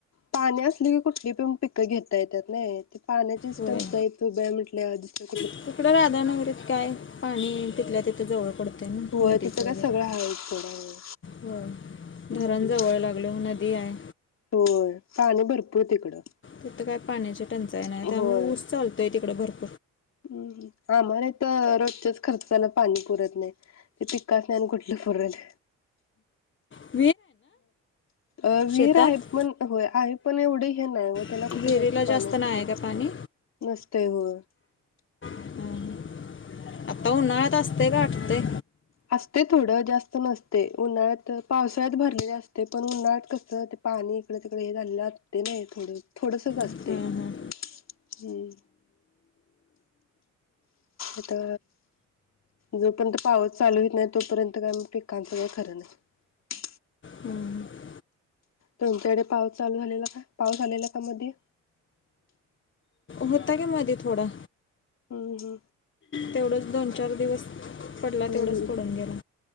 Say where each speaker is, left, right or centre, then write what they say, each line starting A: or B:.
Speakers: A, on the left; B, on the left.
A: पाणी असली की कुठली पिण पिकं घेता येतात नाही ते पाण्याची स्टं
B: होय
A: य तो ब्या म्हट आपस कुठ
B: तिकडं राधाानगरीत काय पाणी तिथल्या तिथे जवळ पडतं
A: होय
B: नदीच
A: तिथं
B: वगैरे
A: काय सगळं हायच सोडा होय.
B: हो
A: हम्म
B: धरण
A: हम्म
B: जवळ लागल नदी आहे
A: होय पाणी भरपूर तिकडं
B: तिथ काय पाण्याची टंचाई नाही
A: होय.
B: त्यामुळे ऊस चालतोय तिकडे भरपूर
A: हम्म आम्हाला तर रोजच्याच खर्चाला पाणी पुरत नाही ते तिककाच नाही कुठलं फरल
B: हम
A: अ
B: शेतात
A: वीर आहे पण होय आहे पण एवढे हे नाही त्याला
B: विहिरीला
A: कुठे जास्त पाणी असते
B: नाही आहे का पाणी
A: नसतय हो
B: हां. आता ना दसते का ठ ते
A: असते थोडं जास्त नसते उन्हाळ्यात पावसाळ्यात भरलेले असते पण उन्हाळ्यात कसं ते पाणी इकड तकडे हे झालेलं असते नाही थोडं थोडस असते
B: हां
A: हम्म
B: हां
A: आता जोपर्यंत पाऊस चालू येत नाही तोपर्यंत काय पिकांचं का खरं नाही
B: हां
A: तुमच्याकडे पाऊस चालू झालेला का पाऊस आलेला का मध्ये
B: होता का मध्ये थोडा
A: हम् हम्
B: तेवढंच दोन चार दिवस पडला
A: हम्म
B: तेवढाच पडून गेला